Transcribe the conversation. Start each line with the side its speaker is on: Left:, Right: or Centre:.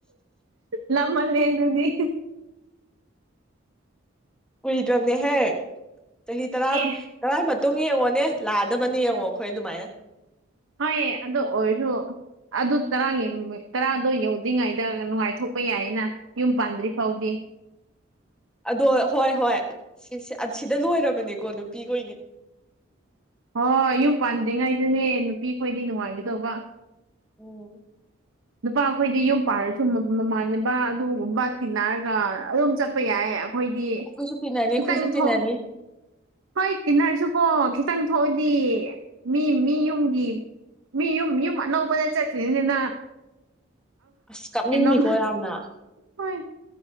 Right: ꯂꯞꯃꯜꯂ‌ꯦ ꯑꯗꯨꯗꯤ
Centre: ꯀꯨꯏꯗ꯭ꯔꯝꯅꯦꯍꯦ ꯆꯍꯤ ꯇꯔꯥꯝ
Right: ꯑꯦ
Centre: ꯇꯔꯥꯏ ꯃꯇꯨꯡ ꯌꯦꯡꯉꯣꯅꯦ ꯂꯥꯛꯑꯗꯕꯅꯤ ꯌꯦꯡꯑꯣ ꯑꯩꯈꯣꯏ ꯑꯗꯨꯃꯥꯏꯅ
Right: ꯍꯣꯏꯌꯦ ꯑꯗꯣ ꯑꯣꯏꯔꯁꯨ ꯑꯗꯨ ꯇꯔꯥꯒꯤ ꯇꯔꯥꯗꯣ ꯌꯧꯗ꯭ꯔꯤꯉꯩꯗ ꯅꯨꯡꯉꯥꯏꯊꯣꯛꯄ ꯌꯥꯏꯅ ꯌꯨꯝ ꯄꯥꯟꯗ꯭ꯔꯤ ꯐꯥꯎꯗꯤ
Centre: ꯑꯗꯣ ꯍꯣꯏ ꯍꯣꯏ ꯁꯤ ꯁꯤ ꯑꯁꯤꯗ ꯂꯣꯏꯔꯕꯅꯤꯀꯣ ꯅꯨꯄꯤꯈꯣꯏꯒꯤ
Right: ꯍꯣꯏ ꯌꯨꯝ ꯄꯥꯟꯗ꯭ꯔꯤꯉꯩꯗꯅꯦ ꯅꯨꯄꯤ ꯈꯣꯏꯗꯤ ꯅꯨꯡꯉꯥꯏꯒꯗꯧꯕ
Centre: ꯎꯝ
Right: ꯅꯨꯄꯥ ꯈꯣꯏꯗꯤ ꯌꯨꯝ ꯄꯥꯜꯂꯁꯨ ꯃ ꯃꯃꯥꯟꯅꯕ ꯑꯗꯨꯒꯨꯝꯕ ꯇꯤꯟꯅꯔꯒ ꯑꯗꯨꯝ ꯆꯠꯄ ꯌꯥꯏꯌꯦ ꯍꯣꯏꯗꯤ
Centre: ꯑꯩꯈꯣꯏꯁꯨ ꯇꯤꯟꯅꯅꯤ
Right: ꯈꯤꯇꯪ
Centre: ꯑꯩꯈꯣꯏꯁꯨ ꯇꯤꯟꯅꯅꯤ
Right: ꯊꯣꯛ ꯍꯣꯏ ꯇꯤꯟꯅꯔꯁꯨꯀꯣ ꯈꯤꯇꯪ ꯊꯣꯛꯑꯗꯤ ꯃꯤ ꯃꯤ ꯌꯨꯝꯒꯤ ꯃꯤ ꯌꯨꯝ ꯌꯨꯝ ꯑꯅꯧꯕꯅ ꯆꯠꯇ꯭ꯔꯤꯅꯤꯅ
Centre: ꯑꯁ
Right: ꯀꯩꯅꯣꯝ
Centre: <unintelligible>
Right: ꯍꯣꯏ